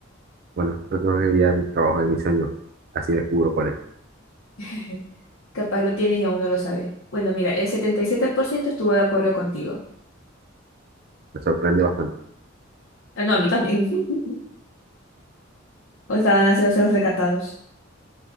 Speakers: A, on the right; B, on the left.
A: Bueno, creo que no sería el trabajo de mis sueños, así descubro cuál es.
B: <laughs> Capaz lo tienes y aún no lo sabes. Bueno, mira, el 77% estuvo de acuerdo contigo.
A: Me sorprende bastante.
B: Ah, no, a mí también. <laughs> O estaban haciéndose los recatados.